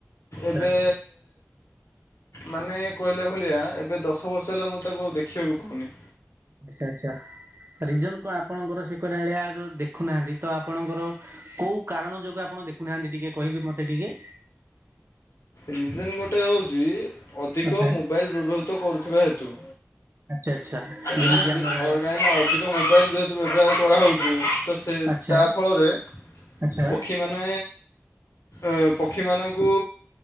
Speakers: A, on the right (about 50°); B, on the left (about 80°).
A: ଆଚ୍ଛା
B: ଏବେ ମାନେ କହିଲା ଭଳିଆ ଏବେ ଦଶ ବର୍ଷ ହେଲା ମୁଁ ତାକୁ ଆଉ ଦେଖିବାକୁ ପାଉନି।
A: ଆଚ୍ଛା ଆଚ୍ଛା। ରିଜନ କଣ ଆପଣଙ୍କର ସେ କହିଲା ଭଳିଆ ଦେଖୁନାହାନ୍ତି ତ ଆପଣଙ୍କର କୋଉ କାରଣ ଯୋଗୁଁ ଆପଣ ପଣ ଦେଖୁନାହାନ୍ତି ଟିକେ କହିବେ ମତେ ଟିକେ।
B: ରିଜନ୍ ଗୋଟେ ହେଉଛି ଅଧିକ
A: ଆଚ୍ଛା
B: ମୋବାଇଲ୍ ବ୍ୟବହୃତ କରୁଥିବା ହେତୁ।
A: ଆଚ୍ଛା ଆଚ୍ଛା।
B: କାହିଁକିନା
A: ଯେମିତି ଆମର
B: କାହିଁକିନା ଅଧିକ ମୋବାଇଲ ଯେହେତୁ ବ୍ୟବହାର କରାହେଉଛି ତ ସେ
A: ଆଚ୍ଛା
B: ତା ଫଳରେ
A: ଆଚ୍ଛା
B: ପକ୍ଷୀମାନେ ଆ ପକ୍ଷୀମାନଙ୍କୁ